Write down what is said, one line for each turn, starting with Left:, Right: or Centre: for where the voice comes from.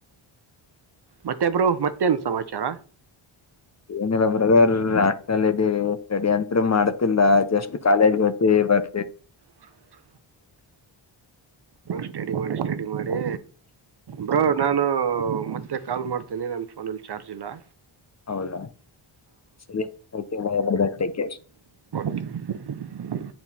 Right: ಮತ್ತೆಬ್ರು ಮತ್ತೇನ್ ಸಮಾಚಾರ
Left: ಏನಿಲ್ಲ ಬ್ರದರ್ ಅಷ್ಟಲ್ಲ ಇದೀವಿ ಸ್ಟಡಿ ಅಂತರು ಮಾಡ್ತಿಲ್ಲ ಜಸ್ಟ್ ಕಾಲೇಜ್ ಗತ್ತ ಬ
Right: ಹ್ಮ ಷ್ಟ ಸ್ಟಡಿ ಮಾಡಿ ಬ್ರೋ ನಾನು ಮತ್ತೆ ಕಾಲ್ ಮಾಡ್ತೇನೆ ನನ್ನ ಫೋನಲ್ಲಿ ಚಾರ್ಜ್ ಜಿಲ್ಲಾ
Left: ಹೌದಾ ಸರಿ ಬರ್ಟ ಕೇರ್
Right: <inaudible>